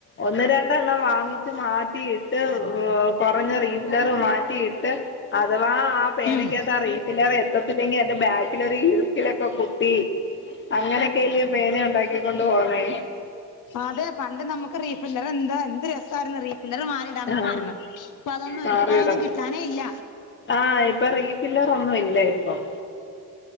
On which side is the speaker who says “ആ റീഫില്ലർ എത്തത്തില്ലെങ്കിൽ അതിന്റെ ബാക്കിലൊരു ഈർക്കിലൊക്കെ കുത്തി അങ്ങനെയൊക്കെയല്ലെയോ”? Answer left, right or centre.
Left